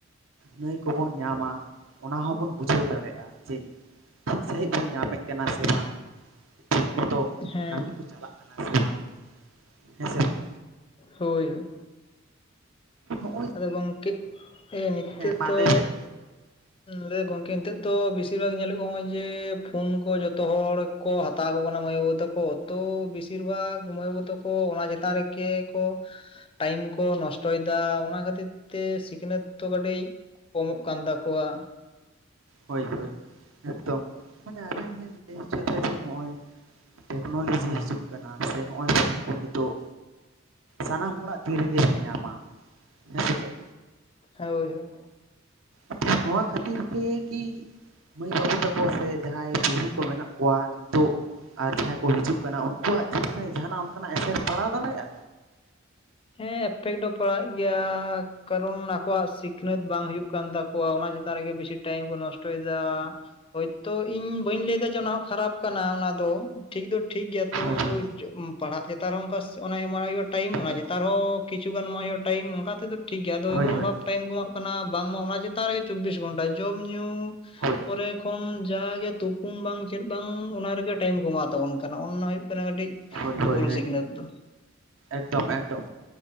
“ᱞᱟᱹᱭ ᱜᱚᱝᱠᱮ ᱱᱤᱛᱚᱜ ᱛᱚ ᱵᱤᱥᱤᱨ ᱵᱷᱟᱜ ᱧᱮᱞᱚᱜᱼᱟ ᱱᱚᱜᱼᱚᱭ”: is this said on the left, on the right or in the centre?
Left